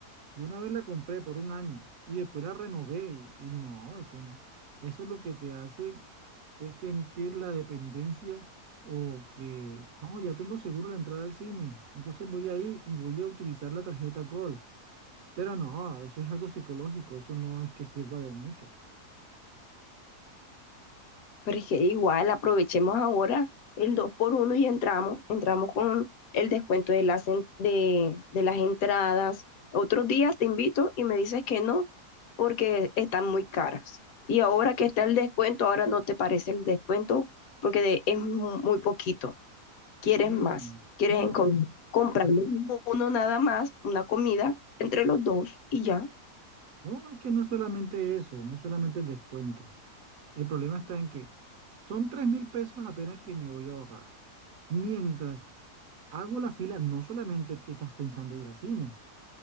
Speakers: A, on the right (about 70°); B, on the left (about 70°).
A: Yo una vez la compré por un año y después la renové y, y no, eso, n- eso es lo que te hace es sentir la dependencia o que, no, ya tengo seguro la entrada al cine, entonces voy ahí y voy a utilizar la tarjeta Gold. Pero no, eso es algo psicológico, eso no es que sirva de mucho.
B: Pero es que igual aprovechemos ahora el 2 por uno y entramos, entramos con el descuento de las, en- de, de las entradas. Otros días te invito y me dices que no, porque están muy caras. Y ahora que está el descuento, ahora no te parece el descuento porque de- es mu- muy poquito. Quieres
A: No,
B: más,
A: no,
B: quieres
A: no,
B: enco-
A: no, no.
B: Mm. comprar uno nada más, una comida entre los dos y ya.
A: No, es que no es solamente eso, no es solamente el descuento. El problema está en que son tres mil pesos apenas que me voy a ahorrar. Mientras hago la fila, no solamente tú estás pensando ir a cine,